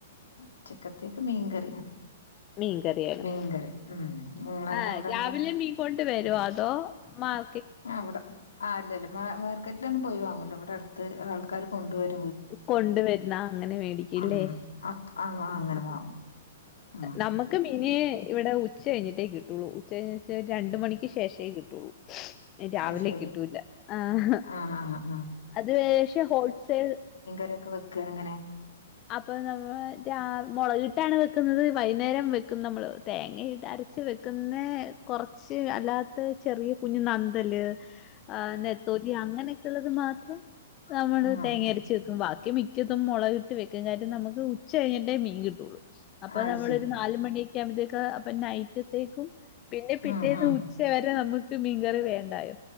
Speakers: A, on the left; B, on the left.
A: ഉച്ചക്കത്തേക്ക് മീൻകറിയാണ്
B: മീൻകറിയാണ്ഉം
A: മീൻകറി ഉം നിങ്ങളെ
B: ആ
A: അവിടെ
B: രാവിലെ
A: എന്താ
B: മീൻ കോ വരോ അതോ മാൾ
A: അവിടെ ആ അല്ലല്ല <unintelligible> മാർക്കറ്റിൽ ഒന്നും പോയിവാങ്ങൂല ഇവിടെ ട്ത്ത് ത്ത് ആൾക്കര് കൊണ്ടുവര
B: കൊണ്ടുവരുന്ന അങ്ങനെ മേടിക്കുല്ലേ
A: ഉം അപ്പ ആ
B: ആഹ്
A: അങ്ങനെ വാങ്ങും ഉം
B: നമ്മുക്ക് മീനി ഇവിടെ ഉച്ച ഉച്ച കഴിഞ്ഞിട്ടേ കിട്ടുള്ളൂ ഉച്ചകഴിഞ്ഞു എന്ന് വെച്ചാ രണ്ട് മണിക്ക് ശേഷേകിട്ടുള്ളൂ രാവിലെ
A: അത് ശരി
B: കിട്ടൂല്ല ആഹ്
A: ആ ആ ആ
B: അത് ക്ഷേ ഹോൾസെൽ
A: യൊക്കെ വെക്ക എങ്ങനെ
B: അപ്പൊ നമ്മള് രാവി മുളകിട്ടാണ് വെക്കുന്നത് വൈന്നേരം വെക്കും നമ്മൾ തേങ്ങ ഇട് അരച്ച് വെക്കുന്ന കൊറ്ച്ച് അല്ലാത്ത ചെറിയ കുഞ്ഞു നന്തല് ആഹ് നത്തോലി അങ്ങനെയൊക്കെ ഉള്ളത് മാത്ര <inaudible> നമ്മള്
A: ആഹ്
B: തേങ്ങ
A: ആഹ് ആഹ്
B: അരച്ച് വെയ്ക്കും ബാക ത്ത്മിക്കതും മുളക് ഇക്കക്കാറ്റു നമുക്ക് ഉച്ച കഴിഞ്ഞിട്ടേ മീൻ കിട്ടുള്ളൂ അപ്പൊ
A: അത്
B: നമ്മള്
A: ശരി
B: ഒരു നാല് മണി ആകമ്പഴത്തേക്ക്‌ ‌ അപ്പൊ നൈറ്റ് ത്തേക്കും പിന്നെ പിറ്റേന്ന്
A: ആഹ് ആഹ്
B: ഉച്ച വരെ നമുക്ക് മീൻകറി വേണ്ടായോ